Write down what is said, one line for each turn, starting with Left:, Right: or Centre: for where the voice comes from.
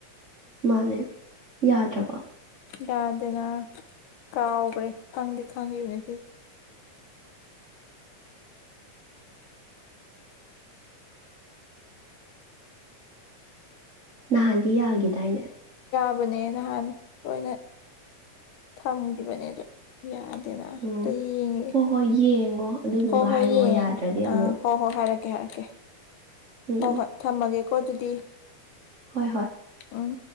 Right: ꯃꯥꯅꯦ ꯌꯥꯗ꯭ꯔꯕꯣ
Left: ꯌꯥꯗꯦꯅ ꯀꯥꯎꯈ꯭ꯔꯦ ꯈꯪꯗꯦ ꯈꯪꯉꯕꯅꯤ ꯁꯤꯁꯦ
Right: ꯅꯜꯂꯤ ꯍꯥꯏꯒꯦ ꯇꯥꯏꯅꯦ
Left: ꯇꯧꯕꯅꯦ ꯅꯍꯥꯟ ꯂꯣꯏꯅ ꯊꯝꯈꯤꯕꯅꯦ ꯑꯗꯨ ꯌꯥꯅꯤ ꯅ
Right: ꯎꯝ
Left: ꯇ ꯌꯦꯡꯉꯦ
Right: ꯍꯣꯏ ꯍꯣꯏ ꯌꯦꯡꯉꯣ ꯑꯗꯨꯗꯨꯒ
Left: ꯍꯣꯏ ꯍꯣꯏ
Right: ꯍꯥꯏꯔꯛꯑꯣ
Left: ꯌꯦꯡꯉꯦ
Right: ꯌꯥꯗ꯭ꯔꯗꯤ
Left: ꯑꯥ
Right: ꯑꯃꯨꯛ
Left: ꯍꯣꯏ ꯍꯣꯏ ꯍꯥꯏꯔꯛꯀꯦ ꯍꯥꯏꯔꯛꯀꯦ
Right: ꯎꯝ
Left: ꯍꯣꯏ
Right: ꯎꯝ
Left: ꯍꯣꯏ ꯊꯝꯃꯒꯦ ꯀꯗꯗꯤ
Right: ꯍꯣꯏ ꯍꯣꯏ
Left: ꯑꯣꯝ